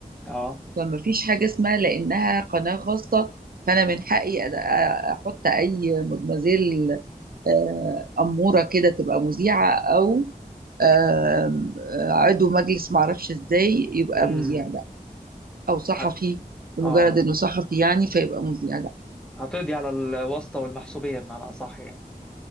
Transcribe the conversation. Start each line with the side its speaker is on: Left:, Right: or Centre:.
Centre: اه
Right: فما فيش حاجه اسمها لانها قناه خاصه فانا من حقي أد- آه، احط اي مدمزيل آه، اموره كده تبقى مذيعه او آم،
Centre: امم
Right: آه، عضو مجلس معرفش ازاي يبقى
Centre: أمم.
Right: مذيع لا او صحفي
Centre: ه-
Right: لمجرد
Centre: اه
Right: انه صحفي يعني فيبقى مذيع لا
Centre: هتقضي على الواسطه والمحسوبيه بمعنى اصح يعني